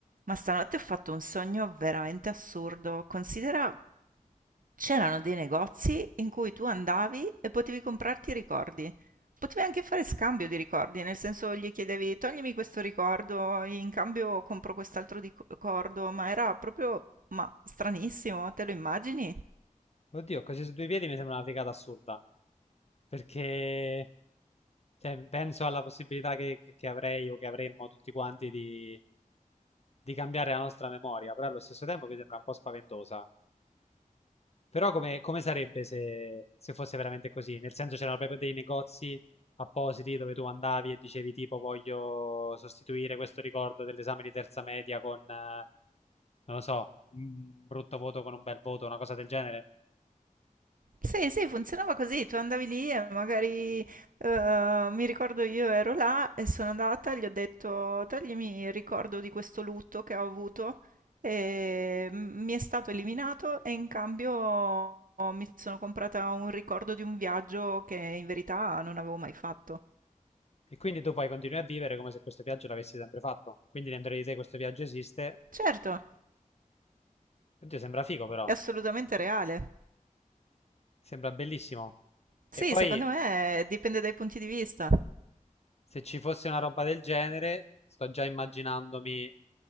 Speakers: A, on the right; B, on the left.
A: Ma stanotte ho fatto un sogno veramente assurdo. Considera, c'erano dei negozi in cui tu andavi e potevi comprarti i ricordi. Potevi anche fare scambio di ricordi, nel senso gli chiedevi toglimi questo ricordo, in cambio compro quest'altro ricordo, ma era proprio, ma stranissimo, te lo immagini?
B: Oddio, così su due piedi mi sembra una figata assurda, perché cioè, penso alla possibilità che, che- che avrei o che avremmo tutti quanti di, di cambiare la nostra memoria, però allo stesso tempo mi sembra un po' spaventosa. Però come, come sarebbe se, se fosse veramente così? Nel senso c'erano proprio dei negozi appositi dove tu andavi e dicevi tipo voglio sostituire questo ricordo dell'esame di terza media con, eh, non lo so, un brutto voto con un bel voto, una cosa del genere?
A: Sì, sì, funzionava così, tu andavi lì e magari, eh, mi ricordo io ero là e sono andata, gli ho detto toglimi il ricordo di questo lutto che ho avuto e m- mi è stato eliminato e in cambio mi sono comprata un ricordo di un viaggio che in verità non avevo mai fatto.
B: E quindi tu poi continui a vivere come se questo viaggio l'avessi sempre fatto. Quindi dentro di te questo viaggio esiste.
A: Certo,
B: Oddio, sembra figo però.
A: è assolutamente reale.
B: Sembra bellissimo.
A: Sì,
B: E poi
A: secondo me dipende dai punti di vista.
B: se ci fosse una roba del genere, sto già immaginandomi